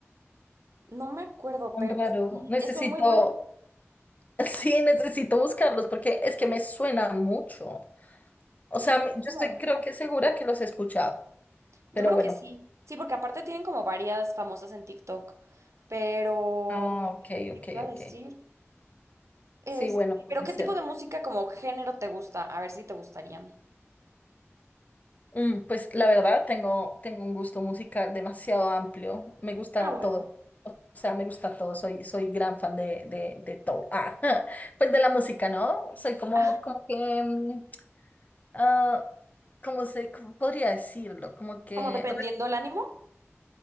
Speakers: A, on the right; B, on the left.
A: No me acuerdo,
B: Tan
A: pero
B: raro.
A: sí,
B: Necesito,
A: son muy buenas.
B: <laughs> sí, necesito buscarlos porque es que me suena mucho. O
A: Sí,
B: sea, me- yo
A: como
B: estoy creo que segura que los he escuchado,
A: Yo
B: pero
A: creo
B: bueno.
A: que sí, sí, porque aparte tienen como varias famosas en TikTok, pero,
B: Ah, ok,
A: ¿qué
B: ok,
A: te iba a decir?
B: ok.
A: Es,
B: Sí, bueno, puede
A: pero ¿qué
B: ser.
A: tipo de música como género te gusta? A ver si te gustarían.
B: Mm, pues la verdad tengo, tengo un gusto musical demasiado amplio. Me gusta
A: Ah, bueno.
B: todo. O sea, me gusta todo. Soy, soy gran fan de, de, de todo. Ah, <laughs> pues de la música, ¿no? Soy como,
A: Ah,
B: como que, mm, ah, ¿cómo se, cómo podría decirlo? Como que
A: como dependiendo el ánimo.